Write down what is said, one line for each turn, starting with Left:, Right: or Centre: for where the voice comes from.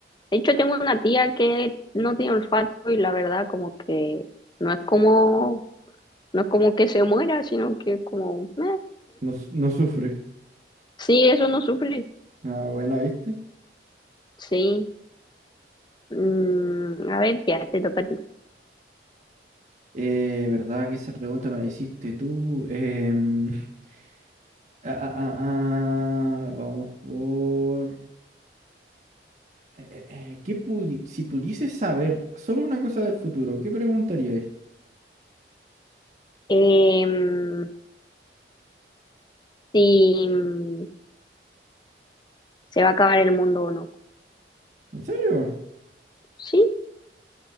Left: de hecho tengo una tía que no tiene olfato y la verdad como que no es como, no es como que se muera, sino que es como, "Meh".
Right: No, su- no sufre.
Left: sí, eso no sufre,
Right: Ah, buena, ¿viste?
Left: sí. Mm, a ver, ya te toca a ti.
Right: Eh, verdad que esa pregunta me la hiciste tú. Em, <laughs> ah, ah, ah, ah, vamos por... eh, eh, eh, ¿qué pudi- si pudieses saber solo una cosa del futuro, ¿qué preguntaríais?
Left: Em, si mm, se va a acabar el mundo o no.
Right: ¿En serio?
Left: Sí,